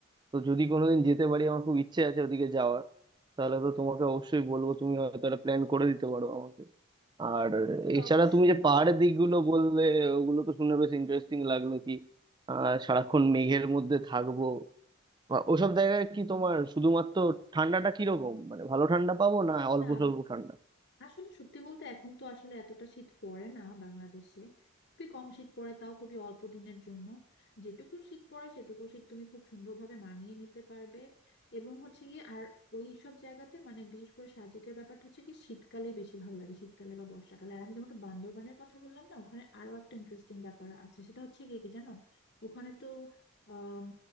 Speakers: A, on the right; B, on the left.
A: তো যদি কোনোদিন যেতে পারি আমার খুব ইচ্ছে আছে ওদিকে যাওয়ার তাহলে তো তোমাকে অবশ্যই বলবো তুমি হয়তো একটা প্ল্যান করে দিতে পারো আমাকে আর
B: জি
A: এছাড়া
B: অবশ্যই
A: তুমি যে পাহাড়ের দিকগুলো বললে ওগুলো তো শুনে বেশ ইন্টারেস্টিং লাগলো কি আহ সারাক্ষণ মেঘের মধ্যে থাকবো বা ওসব জায়গায় কি তোমার শুধুমাত্র ঠান্ডাটা কিরকম মানে ভালো ঠান্ডা পাবো না অল্প
B: না
A: স্বল্প ঠান্ডা
B: আসলে সত্যি বলতে এখন তো আসলে এতটা শীত পড়ে না বাংলাদেশে খুবই কম শীত পড়ে তাও খুবই অল্প দিনের জন্য যেটুকু শীত পড়ে সেটুকু শীত তুমি খুব সুন্দরভাবে মানিয়ে নিতে পারবে এবং হচ্ছে কি আর ওই সব জায়গাতে মানে বিশেষ করে সাজেকের ব্যাপারটা হচ্ছে কি শীতকালে বেশি ভালো লাগে শীতকালে বা বর্ষাকালে আর আমি তোমাকে বান্দরবানের কথা বললাম না ওখানে আরো একটা ইন্টারেস্টিং ব্যাপার আছে সেটা হচ্ছে কি কি জানো ওখানে তো আম,